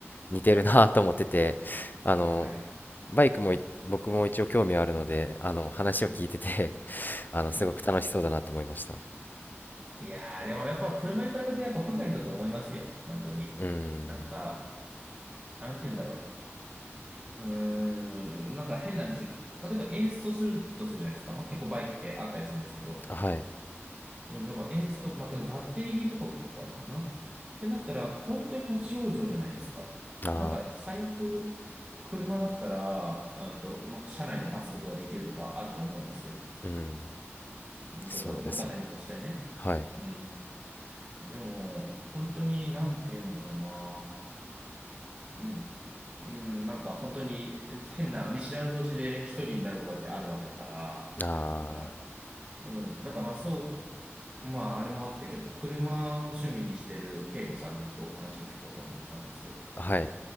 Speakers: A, on the left (about 40°); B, on the right (about 25°).
A: 似てるなと思ってて、
B: はい、
A: あの、
B: はい。
A: バイクもい僕も一応興味はあるので、あの、話を聞いてて
B: うん、
A: <laughs> あの、すごく楽しそうだなと思いました。
B: うん。
A: う
B: いやー、でもやっぱ車に比べてやっぱ不便だと思いますよ。本当に。
A: ん、
B: なんか、なんて言うんだろう。うーん、なんか変な話。例えば演奏するとするじゃないですか。まあ、結構バイクってあったりするんですけど。
A: はい。
B: うん、なんかエンスト、まあ、ただバッテリー切りとかが結構あるのかな。ってなったら、本当に立ち往生じゃないですか。
A: あ
B: なんか、最悪、車だったら、うんと、まあ、車内で待つことができるとかあると思うんですよ。
A: ー、うん、
B: うんちょっと路肩に押してね。
A: そうですね。はい。
B: うん。でも、本当に、なんて言うんだろうな。うん。うん、なんか本当に変な見知らぬ土地で一人になることだってあるわけだから、
A: あ
B: バイクだったら。うん。だからまあそうまあ、あれもあって結構車を趣味にしてる恵子さんに今日話を聞こうと思ってたんですよ。
A: ー、はい、